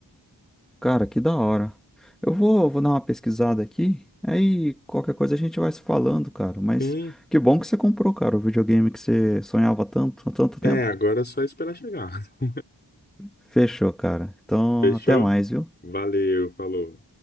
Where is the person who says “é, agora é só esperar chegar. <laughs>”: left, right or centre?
Left